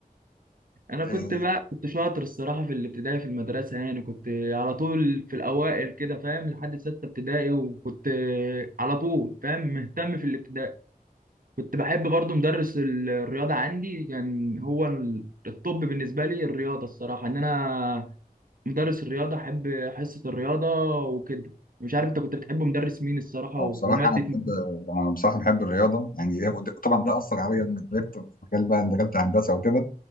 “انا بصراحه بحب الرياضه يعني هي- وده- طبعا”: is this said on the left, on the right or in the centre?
Left